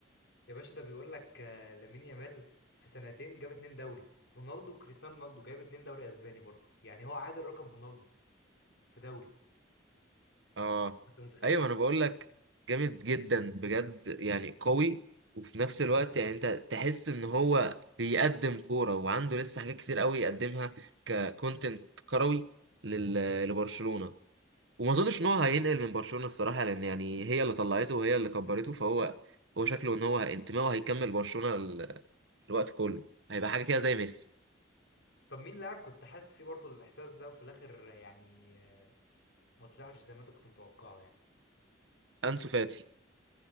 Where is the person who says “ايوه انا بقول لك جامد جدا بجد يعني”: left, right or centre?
Right